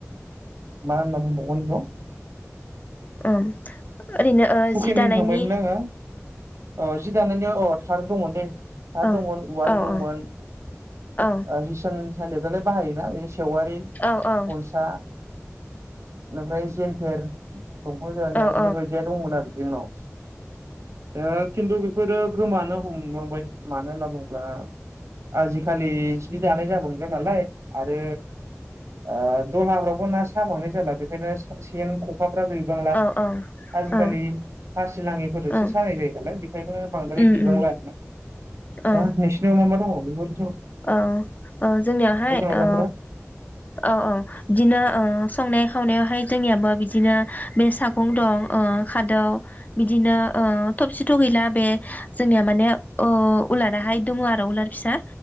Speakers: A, on the right (about 70°); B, on the left (about 35°).
A: मा होनाबुंदो
B: उम ओरैनो ओ
A: हुकेन
B: जि दानायनि
A: होनखांबायमोन ना आङो औ जि दानायनियाव औ थार दंमोन दे थार
B: औ
A: दंमोन उवाल
B: औ
A: दंमोन
B: औ औ
A: ओ हिसान सालियाव थांलाय बाहायोना <unintelligible> सेवारि
B: औ औ
A: खनसा ओमफ्राय जेन थेर दंफांजों बानायनाय
B: औ
A: बेफोरबायदिया दंमोन आरो। जोंनाव। दा खिन्थु बेफोरो गोमानो हमलांबाय। मानो होनना बुङोब्ला आजिखालि जि दानाय जाबांलिया नालाय। आरो ओ दहला फोरावबो ना‌साबांनाय जाला। <unintelligible> सेन खखा फोरा गैबांला
B: औ
A: आजिखालि
B: औ
A: खाासि लाङिफोरजोंसो
B: औ
A: सानाय जायो नालाय बेखायनो बांद्राय
B: उम
A: गैबांला
B: उम
A: आरोना
B: औ
A: दा नोंसिनाव मा मा दङ बे
B: औ ओ जोंनियावहाय
A: आयलाफोरा
B: ओ औ ओं बिदिनो ओ संनाय खावनायावहाय जोंनियाबो बिदिनो बे सागं दं ओ खादौ बिदिनो ओ थबसिथ' गैला बे जोंनिया माने अ उलाराहाय दङ आरो उलार फिसा।